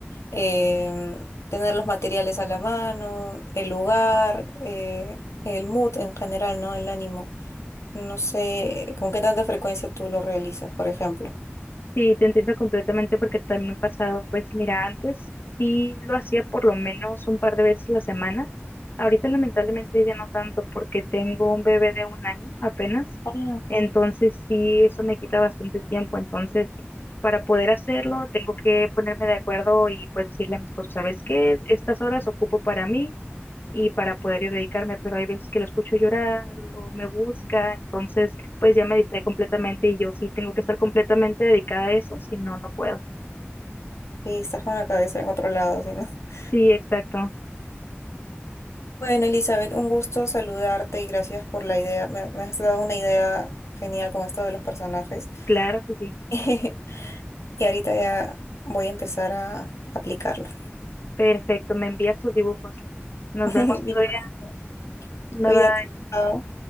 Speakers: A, on the left (about 85°); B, on the left (about 50°).
A: em, tener los materiales a la mano, el lugar, eh, el mood en general, ¿no? El ánimo. No sé con qué tanta frecuencia tú lo realizas, por ejemplo.
B: Sí, te entiendo completamente porque también me ha pasado, pues mira, antes sí lo hacía por lo menos un par de veces a la semana. Ahorita lamentablemente ya no tanto porque tengo un bebé de un año apenas.
A: Ah,
B: Entonces sí, eso me quita bastante tiempo. Entonces, para poder hacerlo, tengo que ponerme de acuerdo y pues decirle a mi esposo, ¿sabes qué? Estas horas ocupo para mí y para poder yo dedicarme, pero hay veces que lo escucho llorar o me busca, entonces pues ya me distrae completamente y yo sí tengo que estar completamente dedicada a eso, si no, no puedo.
A: sí, estás con la cabeza en otro lado, ¿sí, no? <laughs>
B: Sí, exacto,
A: Bueno, Elizabeth, un gusto saludarte y gracias por la idea. Me, me has dado una idea genial con esto de los personajes.
B: claro que sí.
A: <laughs> Y ahorita ya voy a empezar a aplicarla.
B: Perfecto, me envías tus dibujos. Nos
A: <laughs>
B: vemos otro
A: Listo.
B: día. Bye
A: Cuídate,
B: bye.
A: chao.